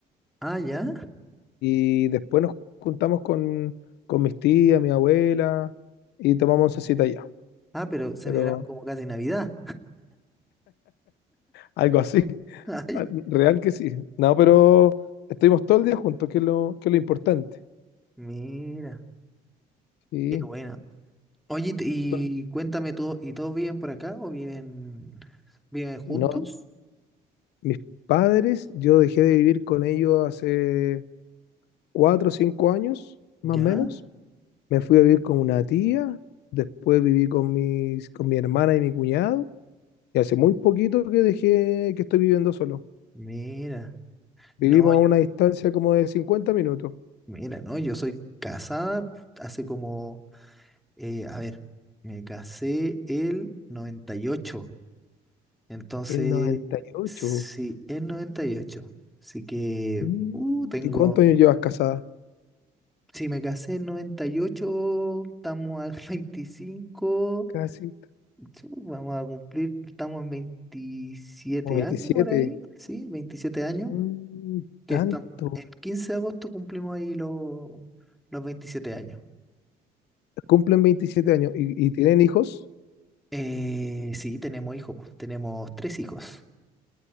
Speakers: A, in the centre; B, on the left.
A: Ah, ya.
B: y después nos juntamos con, con mis tías, mi abuela y tomamos oncecita allá.
A: Ah, pero celebraron
B: Pero
A: como casi Navidad.
B: Algo así.
A: <laughs> Ay,
B: Ah, Real que sí. No, pero estuvimos todo el día juntos, que es lo, que es lo importante.
A: mira,
B: Sí.
A: qué buena. Oye, te- y
B: Bueno,
A: cuéntame tú, ¿y todos viven por acá o viven, viven juntos?
B: No, mis padres, yo dejé de vivir con ellos hace cuatro o cinco años, más
A: Ya,
B: o menos. Me fui a vivir con una tía, después viví con mis, con mi hermana y mi cuñado, y hace muy poquito que dejé que estoy viviendo solo.
A: mira.
B: Vivimos
A: No, yo,
B: a una distancia como de cincuenta minutos.
A: mira, no, yo soy casada hace como, eh, a ver, me casé el 98. Entonces,
B: El 98.
A: sí, en noventa y ocho Así que,
B: Mm.
A: uh, tengo,
B: ¿Y cuántos años llevas casada?
A: si me casé en 98 estamos al <laughs> 25
B: Casi
A: chu, vamos a cumplir, estamos en veintisiete
B: Como veintisiete
A: años por ahí, sí, veintisiete años,
B: Mm,
A: que
B: tanto.
A: estamos, el 15 de agosto cumplimos ahí los, los 27 años.
B: Cumplen veintisiete años. ¿Y, y tienen hijos?
A: Eh, sí, tenemos hijos, pues, tenemos tres hijos.